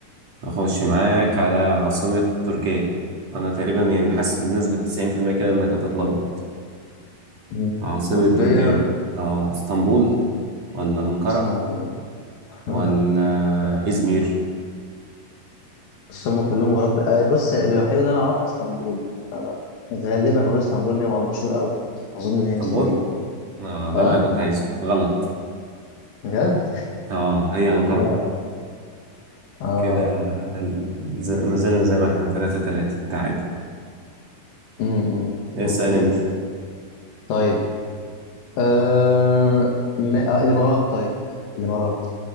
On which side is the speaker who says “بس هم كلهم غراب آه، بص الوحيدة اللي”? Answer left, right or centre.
Left